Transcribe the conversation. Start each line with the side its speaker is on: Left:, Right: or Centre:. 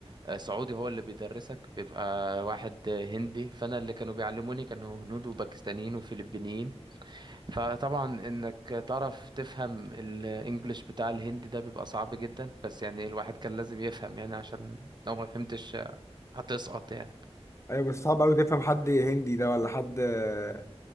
Right: آه، سعودي هو اللي بيدرسك بيبقى واحد آه، هندي فانا اللي كانوا بيعلموني كانوا هنود وباكستانيين وفلبينيين فطبعا انك تعرف تفهم الانجليش بتاع الهندي ده بيبقى صعب جدا بس يعني الواحد كان لازم يفهم يعني عشان لو ما فهمتش هتسقط يعني
Left: ايوه بس صعب قوي تفهم حد هندي ده ولا حد آه،